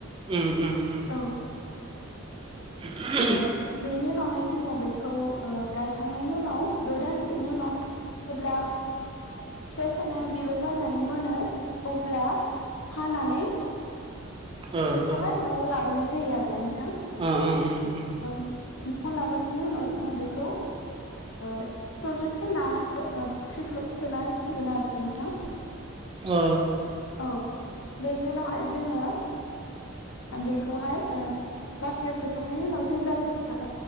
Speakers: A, on the right; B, on the left.
A: उम उम उम
B: औ
A: <unintelligible>
B: ओ बेनि उनावहाय जोङो बेखौ ओ गायखांनायनि उनाव द' दानसेनि उनाव जेब्ला फिथाइ थायनानै बिबार बाननानै मोनो अब्ला हानानै
A: ओ
B: बेखौहाय
A: ओ
B: न'आव लाबोनाय जायो आरोना नों
A: अ ओम ओम
B: न' लाबोनायनि उनाव जोङो बेखौ ओ ट्रेक्टरजों नानानै बाख्रिफोराव सोनानै होगोन आरो नोंथां
A: ओ
B: औ बेनि उनावहाय जोङो बेखौहाय बाख्रियाव सोखांनायनि उनाव जेब्ला जोङो